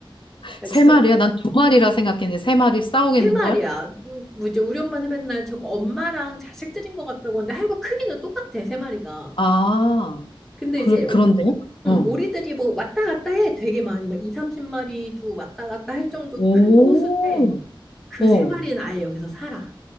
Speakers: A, in the centre; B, on the left (about 65°).
A: 아,
B: 세
A: 진짜
B: 마리야? 난 두 마리라 생각했는데 세 마리 싸우겠는걸?
A: 세 마리야. 요- 뭐지? 우리 엄마는 맨날 저거 엄마랑 자식들인 것 같다고 하는데 하여간 크기는 똑같아, 세 마리가.
B: 아,
A: 근데
B: 그,
A: 이제 오,
B: 그런데? 어,
A: 응, 오리들이 뭐 왔다 갔다 해. 되게 많이 막이 30마리도 왔다 갔다 할 정도로
B: 오,
A: 큰 호수인데 그
B: 어.
A: 세 마리는 아예 여기서 살아.